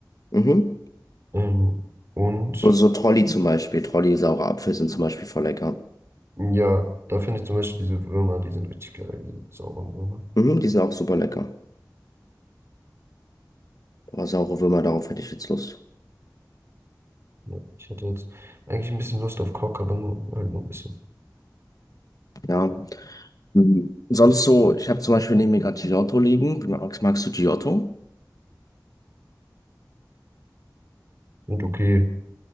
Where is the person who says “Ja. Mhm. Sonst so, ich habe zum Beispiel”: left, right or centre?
Left